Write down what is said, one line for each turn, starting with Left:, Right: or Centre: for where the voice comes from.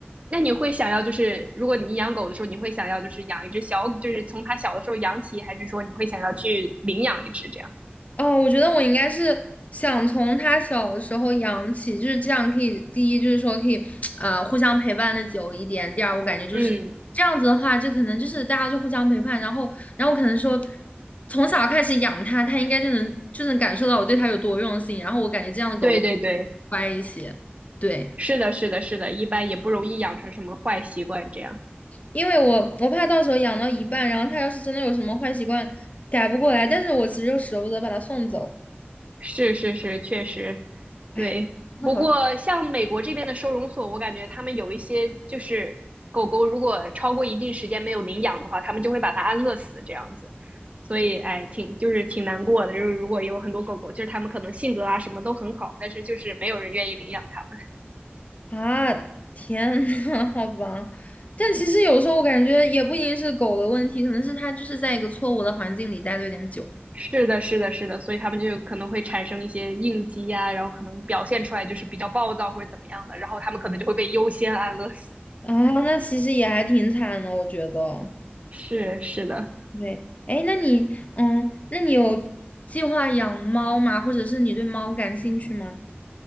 Right: 那你会想要，就是如果你养狗的时候，你会想要就是养一只小，就是从它小的时候养起，还是说你会想要去领养一只这样？
Left: 哦，我觉得我应该是想从它小的时候养起，就是这样可以，第一就是说可以啊，呃，互相陪伴的久一点。第二，我感觉就是这样子的话，
Right: 嗯，
Left: 就可能就是大家就互相陪伴，然后，然后可能说从小开始养它，它应该就能就能感受到我对它有多用心。然后我感觉这样的狗狗
Right: 对对对，
Left: 乖一些，对。
Right: 是的，是的，是的，一般也不容易养成什么坏习惯这样。
Left: 因为我我怕到时候养到一半，然后它要是真的有什么坏习惯改不过来，但是我其实又舍不得把它送走，
Right: 是是是，确实，
Left: 哎，
Right: 对。
Left: 那好。
Right: 不过像美国这边的收容所，我感觉他们有一些就是狗狗如果超过一定时间没有领养的话，他们就会把它安乐死这样子。所以，哎，挺就是挺难过的。就是如果有很多狗狗，就是他们可能性格啊什么都很好，但是就是没有人愿意领养他们。
Left: 啊，天呐，好吧，但其实有时候我感觉也不一定是狗的问题，可能是它就是在一个错误的环境里待的有点久
Right: 是的，是的，是的，所以他们就可能会产生一些应激啊，然后可能表现出来就是比较暴躁或者怎么样的，然后他们可能就会被优先安乐死。
Left: 啊，那其实也还挺惨的，我觉得。
Right: 是是的，
Left: 对，哎，那你，嗯，那你有计划养猫吗？或者是你对猫感兴趣吗？